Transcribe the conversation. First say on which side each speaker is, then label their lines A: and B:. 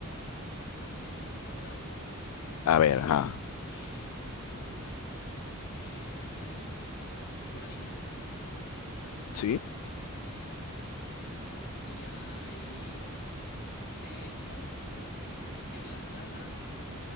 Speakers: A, on the left; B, on the left.
A: Muy bien, yo te tengo la última, pues.
B: A ver, ajá.
A: Em, es un animal,
B: ¿Sí?
A: es un animal también. Y hay de estos en las casas